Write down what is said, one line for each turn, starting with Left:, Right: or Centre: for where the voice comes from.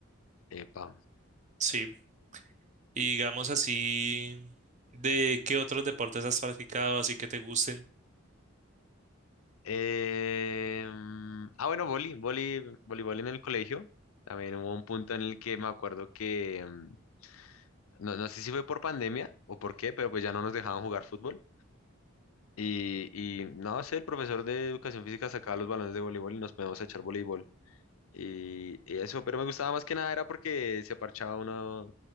Left: Epa.
Right: Sí. Y digamos así, ¿de qué otros deportes has practicado así que te gusten?
Left: Em, ah, bueno, boli, boli, voleibol en el colegio. También hubo un punto en el que me acuerdo que, em, no, no sé si fue por pandemia o por qué, pero pues ya no nos dejaban jugar fútbol. Y, y no sé, el profesor de educación física sacaba los balones de voleibol y nos poníamos a echar voleibol. Y, y eso, pero me gustaba más que nada era porque se parchaba uno,